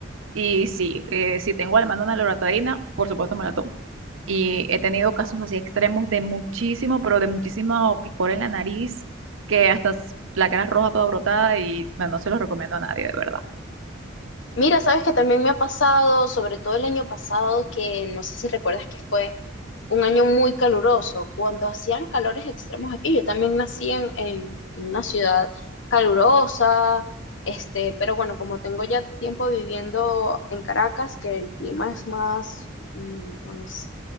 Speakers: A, on the right (about 75°); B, on the left (about 65°).
A: Y sí, eh, si tengo a la mano una loratadina, por supuesto me la tomo. Y he tenido casos así extremos de muchísimo, pero de muchísimo picor en la nariz, que hasta s- la cara es roja toda brotada y no, no se los recomiendo a nadie, de verdad.
B: Mira, sabes que también me ha pasado, sobre todo el año pasado, que no sé si recuerdas que fue un año muy caluroso, cuando hacían calores extremos aquí. Yo también nací en, en- en una ciudad calurosa, este, pero bueno, como tengo ya tiempo viviendo en Caracas, que el clima es más, mm, más